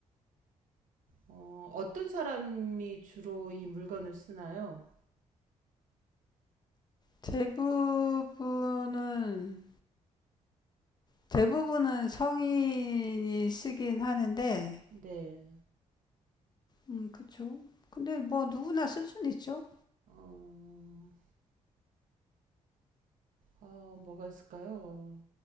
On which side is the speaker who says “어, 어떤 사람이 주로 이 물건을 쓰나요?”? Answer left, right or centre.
Right